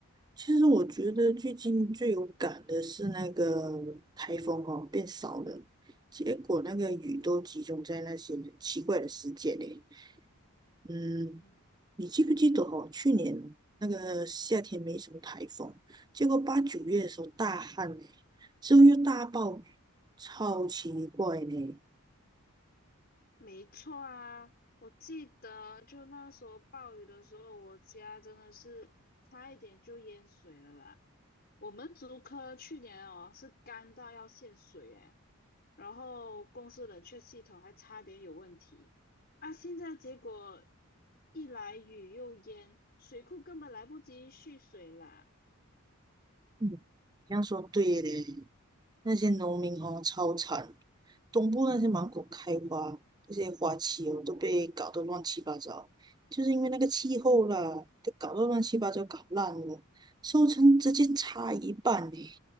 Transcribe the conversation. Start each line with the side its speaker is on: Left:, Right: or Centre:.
Right: 其实我觉得最近最有感的是那个台风哦，变少了，结果那个雨都集中在那些奇怪的时节嘞。
Left: 嗯
Right: 嗯，
Left: 嗯，
Right: 你记不记得哦？去年那个夏天没什么台风，结果八九月的时候大旱呢，之后又大暴雨，超奇怪呢。
Left: 没错啊，我记得就那时候暴雨的时候，我家真的是差一点就淹水了啦。我们竹科去年哦是干到要限水诶，然后公司冷却系统还差点有问题啊！现在结果一来雨又淹，水库根本来不及蓄水啦。
Right: 嗯，这样说对嘞，那些农民哦超惨，东部那些芒果开花，那些花期哦都被搞得乱七八糟，就是因为那个气候啦，都搞到乱七八糟，搞烂了，收成直接差一半呢，